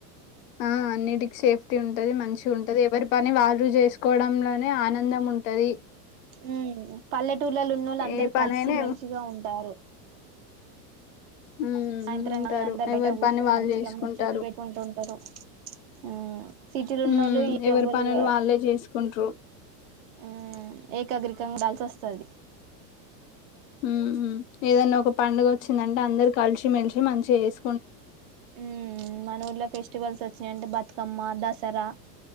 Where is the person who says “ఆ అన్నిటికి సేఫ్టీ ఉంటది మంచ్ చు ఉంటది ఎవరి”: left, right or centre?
Left